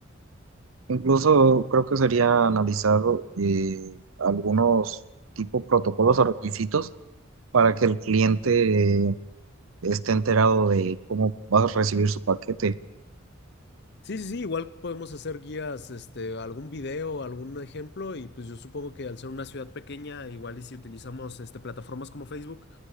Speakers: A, on the right; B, on the left.
A: Incluso creo que sería analizar eh, algunos tipo protocolos o requisitos para que el cliente eh, esté enterado de cómo vas a recibir su paquete.
B: Sí, sí, sí, igual podemos hacer guías, este, algún video, algún ejemplo, y pues yo supongo que al ser una ciudad pequeña, igual y si utilizamos este, plataformas como Facebook,